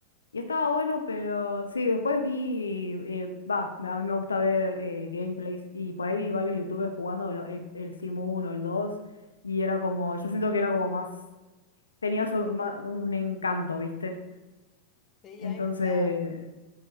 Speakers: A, on the left; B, on the left.
A: Y estaba bueno, pero sí, después vi, eh, va, a mí me gusta ver eh, gameplays y por ahí vi varios youtubers jugando lo- el, el Simu uno el dos y era como, yo siento que era como más, tenía su- ma- un encanto, ¿viste?
B: Sí,
A: Entonces,
B: a mí me gustaba.